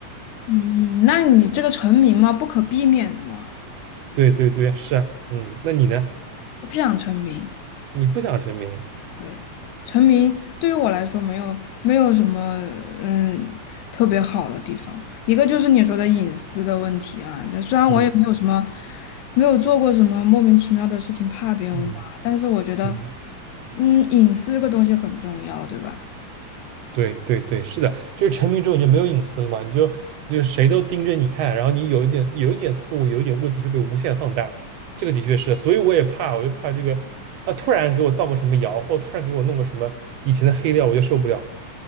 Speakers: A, on the left; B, on the right.
A: 嗯，那你这个成名嘛，不可避免的嘛，
B: 对对对，是啊，嗯，那你呢？
A: 我不想成名。
B: 你不想成名，
A: 对，成名对于我来说没有没有什么嗯特别好的地方，一个就是你说的隐私的问题啊，就虽然我也没有什么
B: 嗯
A: 没有做过什么莫名其妙的事情怕别人挖，
B: 嗯
A: 但是我觉得
B: 嗯，
A: 嗯隐私这个东西很重要，对吧？
B: 对对对，是的，就是成名之后你就没有隐私了嘛，你就就谁都盯着你看，然后你有一点有一点错误，有一点问题就被无限放大，这个的确是，所以我也怕，我就怕这个啊，突然给我造个什么谣，或突然给我弄个什么以前的黑料，我就受不了